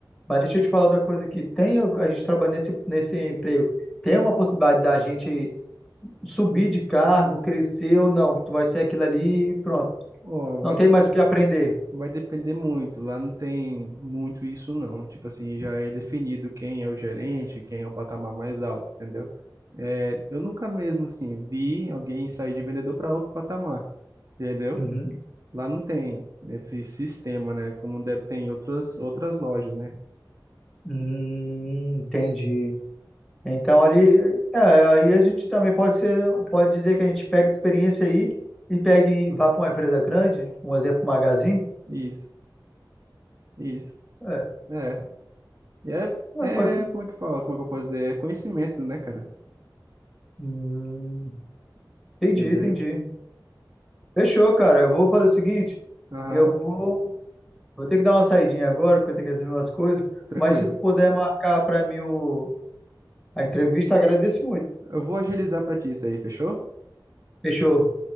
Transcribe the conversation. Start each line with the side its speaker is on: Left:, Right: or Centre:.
Centre: Mas deixa eu te falar outra coisa aqui. Tem, al- a gente trabalha nesse, nesse emprego, tem uma possibilidade da gente subir de cargo, crescer ou não. Tu vai ser aquilo ali e pronto.
Right: Ó,
Centre: Não
Right: vai,
Centre: tem
Right: de-
Centre: mais o que aprender.
Right: vai depender muito. Lá não tem muito isso, não. Tipo assim, já é definido quem é o gerente, quem é o patamar mais alto, entendeu? É, eu nunca mesmo, assim, vi alguém sair de vendedor para outro patamar. entendeu?
Centre: Uhum.
Right: Lá não tem esse sistema, né? Como deve ter em outras, outras lojas, né?
Centre: Hum, entendi. Então ali, é, aí a gente também pode ser, pode dizer que a gente pega experiência aí e pega e vá para uma empresa grande, um exemplo, Magazine.
Right: Isso, isso.
Centre: É,
Right: É. E é,
Centre: é, pode ser.
Right: é, como é que fala? Como é que eu posso dizer? É conhecimento, né, cara?
Centre: Hum, entendi,
Right: Entendeu?
Centre: entendi. Fechou, cara. Eu vou fazer o seguinte,
Right: Aham,
Centre: eu vou, vou ter que dar uma saidinha agora porque eu tenho que resolver umas coisas,
Right: tranquilo.
Centre: mas se tu puder marcar para mim o, a entrevista, agradeço muito.
Right: Eu vou agilizar pra ti isso aí, fechou?
Centre: Fechou.